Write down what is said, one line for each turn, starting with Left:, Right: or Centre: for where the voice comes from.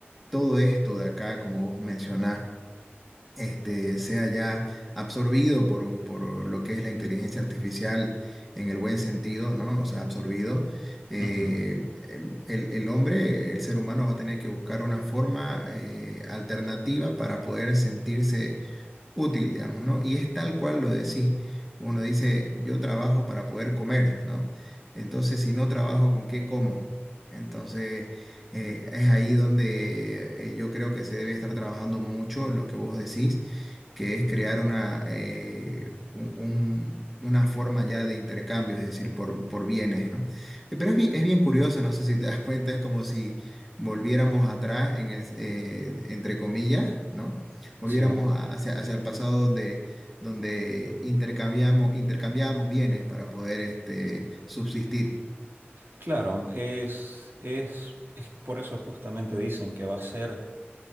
Centre: todo esto de acá, como vos mencionás, este, sea ya absorbido por, por lo que es la inteligencia artificial en el buen sentido, ¿no? O sea, absorbido, eh,
Right: Ujú,
Centre: em, el, el hombre, el ser humano va a tener que buscar una forma eh, alternativa para poder sentirse útil, digamos, ¿no? Y es tal cual lo decís. Uno dice, yo trabajo para poder comer, ¿no? Entonces, si no trabajo, ¿con qué como? Entonces, eh, es ahí donde eh, yo creo que se debe estar trabajando mucho en lo que vos decís, que es crear una, eh, un- un- una forma ya de intercambio, es decir, por, por bienes, ¿no? Eh, Pero es, bi- es bien curioso, no sé si te das <laughs> cuenta, es como si volviéramos atrás, en el, eh, entre comillas, ¿no? volviéramos
Right: sí,
Centre: a- hacia, hacia el pasado donde, donde intercambiamos, intercambiábamos bienes para poder este, subsistir.
Right: claro. Es, es, es por eso justamente dicen que va a ser